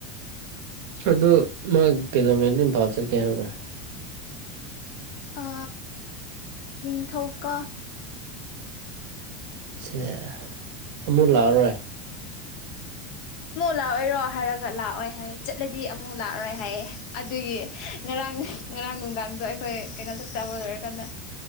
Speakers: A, on the right; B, on the left.
A: ꯑꯗꯨ ꯃꯥ ꯀꯩꯗꯧꯉꯩꯗ ꯏꯝꯐꯥꯜ ꯆꯠꯀꯦ ꯍꯥꯏꯔꯕ꯭ꯔꯥ
B: ꯑ ꯅꯤꯡꯊꯧꯀꯥ
A: ꯁꯦ ꯑꯃꯨꯛ ꯂꯥꯛꯑꯔꯣꯏ
B: ꯑꯃꯨꯛ ꯂꯥꯛꯑꯣꯏꯔꯣ ꯍꯥꯏꯔꯒ ꯂꯥꯛꯑꯣꯏ ꯍꯥꯏꯔ ꯆꯠꯂꯗꯤ ꯑꯃꯨꯛ ꯂꯥꯛꯔꯣꯏ ꯍꯥꯏꯌꯦꯦ ꯑꯗꯨꯒꯤ ꯉꯔꯥꯡ ꯉꯔꯥꯡ ꯅꯨꯡꯗꯥꯡꯗꯣ ꯑꯩꯈꯣꯏ ꯀꯩꯅꯣ ꯆ ꯆꯕ ꯂꯣꯏꯔꯀꯥꯟꯗ